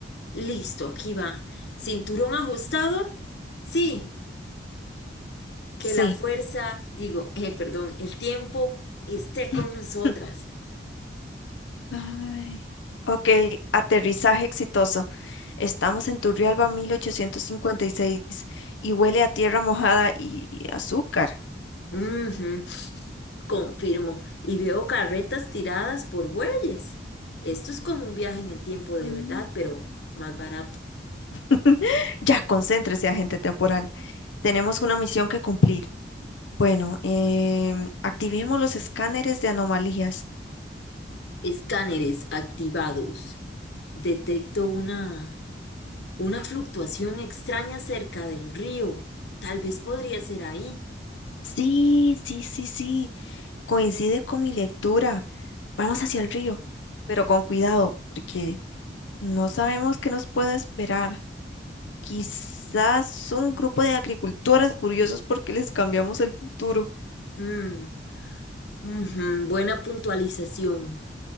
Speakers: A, on the left; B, on the left.
A: Listo, aquí va. Cinturón ajustado. Sí, que
B: Sí.
A: la fuerza, digo, eh, perdón, el tiempo esté
B: <laughs>
A: con nosotras.
B: Ay. Ok, aterrizaje exitoso. Estamos en Turrialba 1856 y seis y huele a tierra mojada y, y azúcar.
A: Ujú. Confirmo, y veo carretas tiradas por bueyes. Esto es como un viaje en el tiempo de
B: Mm.
A: verdad, pero más barato.
B: <laughs> Ya, concéntrese, agente temporal. Tenemos una misión que cumplir. Bueno, em, activemos los escáneres de anomalías.
A: Escáneres activados. Detecto una, una fluctuación extraña cerca del río. Tal vez podría ser ahí.
B: Sí, sí, sí, sí. Coincide con mi lectura. Vamos hacia el río, pero con cuidado, porque no sabemos qué nos puede esperar. Quizás un grupo de agricultoras furiosos porque les cambiamos el futuro.
A: Mm, ujú, buena puntualización.